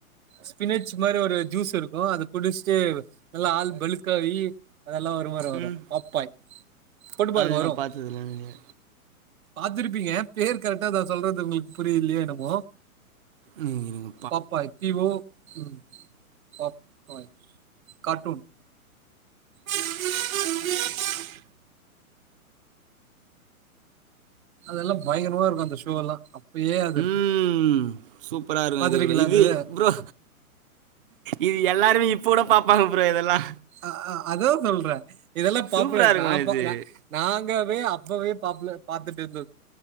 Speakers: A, on the right (about 70°); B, on the right (about 40°).
A: ஸ்பினெச் மாரி ஒரு ஜூஸ் இருக்கு அத குடிச்ட்டு நல்லா ஆள் பளுக்காயி அதெல்லா வரு வரு வரு
B: ம்
A: பப்பாய் போட்டு
B: அது
A: பாருங்க வரு
B: நான் பாத்ததில்ல நெறைய
A: பாத்திருப்பீங்க பேர் கரெக்டா தா சொல்றது உங்ளுக்கு புரியலையோ என்னமோ
B: ம் இருங்க
A: பாப்பாய் பி வோ ம் பாப்பாயி கார்டூன் ஆ <inaudible> அதெல்லா பயங்கரமா இருக்கு அந்த ஷோ எல்லா அப்பயே அது
B: ம் சூப்பரா இருக்கு
A: பாத்துருக்கீங்களா
B: இது கூட இது
A: அது
B: ப்ரோ இது எல்லாருமே இப்போகுட பாப்பாங்க ப்ரோ இதெல்லா
A: அ அ அதோ சொல்றே இதெல்லா
B: சூப்பரா
A: பாப்புலர்
B: இருக்கு
A: நா
B: இது
A: நாங்கவே அப்பவே பாப்புலர் பாத்துட்டு இருந்தோ